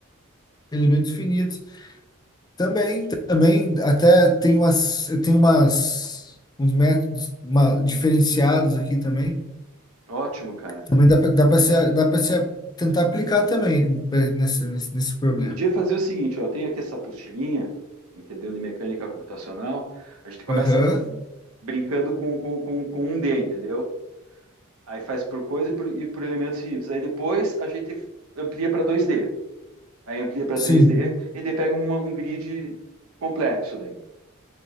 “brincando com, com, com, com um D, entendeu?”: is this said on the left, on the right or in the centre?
Right